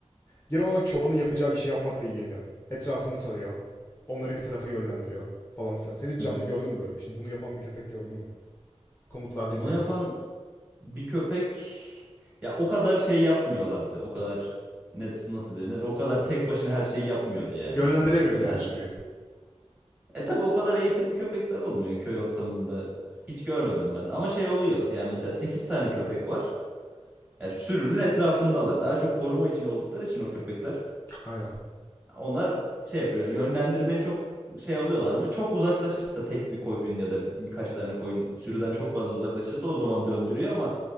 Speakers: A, on the left (about 20°); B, on the right (about 15°).
A: Genel olarak çobanın yapacağı işi yapmakla ilgileniyor. Etrafını tarıyor. Onları bir tarafa yönlendiriyor falan filan. Sen hiç
B: Hı
A: canlı
B: hı.
A: gördün mü böyle bir şey? Bunu yapan bir köpek gördün mü? Komutlar dinleyen.
B: Onu yapan bir köpek ya o kadar şey yapmıyorlardı. O kadar ne nasıl denir? O kadar tek başına her şeyi yapmıyordu yani.
A: Yönlendiremiyordu
B: Genelde
A: yani sürüyü.
B: e tabi o kadar eğitimli köpekler olmuyor köy ortamında. Hiç görmedim ben. Ama şey oluyor. Yani mesela 8 tane köpek var. Ya sürünün etrafındalar. Daha çok koruma için oldukları için o köpekler
A: Aynen.
B: Onlar şey yapıyor. Yönlendirmeye çok şey oluyorlar mı? Çok uzaklaşırsa tek bir koyun ya da birkaç tane koyun sürüden çok fazla uzaklaşırsa o zaman döndürüyor ama